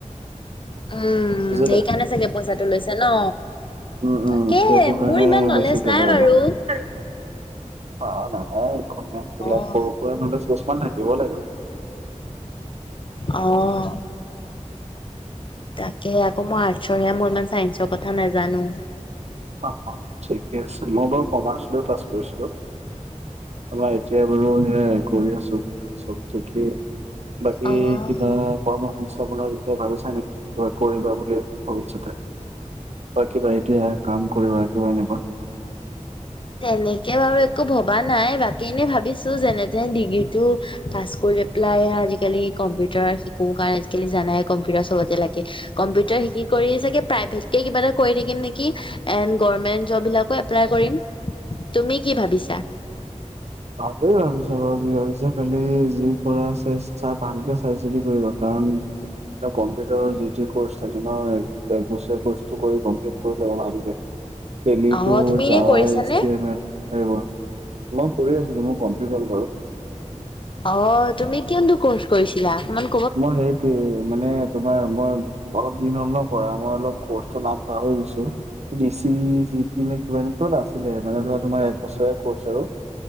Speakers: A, on the left; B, on the right.
A: উম
B: বুজিলা
A: সেইকাৰণে চাগে পইচাটো লৈছে ন।
B: উম
A: তাকে
B: উম' সেইটো কাৰণে
A: মোৰ ইমান নলেজ
B: বেছিকে
A: নাই
B: লয়
A: বাৰু।
B: আৰু। অ অ নাজাই একো নেজবিলাকো।
A: অ',
B: চুচমান থাকিব লাগিব।
A: অঁহ। তাকে সে আকৌ মই আৰ্টচৰ সে মই ইমান চাইন্সৰ কথা নাজানো।
B: অঁ অঁ ঠিকে আছে মই বাৰু কমাৰ্চলৈ পাছ কৰিছিলো। আমাৰ এতিয়াই বাৰু সেয়া কৰি আছো চব থিকে বাকী
A: অ',
B: কিবা- কৰ্ম সংস্থাপনৰ বিষয়ে ভাবিছা নেকি কিবা কৰিবা বুলি ভৱিষ্যতে? বা কিবা এতিয়া কাম কৰিবা কিবা এনেকুৱা।
A: তেনেকে বাৰু একো ভবা নাই বাকী এনে ভাবিছো যেনে তেনে ডিগ্ৰীটো। ক কৰি পেলাই আজিকালি কম্পিউটাৰ শিকো কাৰণে কেলে জানাই কম্পিউটাৰ চবতে লাগে। কম্পিউটাৰ শিকি কৰি চাগে প্ৰাইভেটকে কিবা এটা কৰি থাকিম নেকি। এন গমেন্ট জব বিলাকো এপ্লাই কৰিম তুমি কি ভাবিছা।
B: ভালেই ভাবিছ বাৰু যি ভাবিছ খালি যি কৰা চাই চা ভালকে চাই চিদি কৰিবা কাৰণ। কম্পিউটাৰৰ যি তি কৰ্চ থাকে ন এক বছৰে কৰ্চটো কৰি কমপ্লিট কৰি ল'বা ভালকে। দেলিটো
A: অহ তুমি এনে
B: যাৱাই
A: কৰিছানে?
B: <inaudible> এইবোৰ। মই কৰি আছিলো মোৰ কমপ্লিট হল বাৰু।
A: অ তুমি কিয়ো কৰ্চ কৰিছিলামান।
B: মই সেইটোয়ে মানে। তোমাৰ মই অলপ দিন হ'ল ন কৰা মই অলপ কৰ্চটোৰ নাম পাহৰি গৈছো। বি চি জি পি নে কিবা নে কিবা এটা আছিলে মানে ধৰা তোমাৰ এক বছৰিয়া কৰ্চ আৰু।